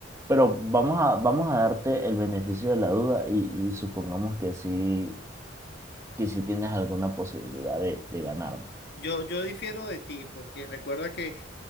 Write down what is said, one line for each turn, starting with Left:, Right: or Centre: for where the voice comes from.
Right: Pero vamos a, vamos a darte el beneficio de la duda y, y supongamos que sí, que sí tienes alguna posibilidad de, de ganarme.
Left: Yo, yo difiero de ti, porque recuerda que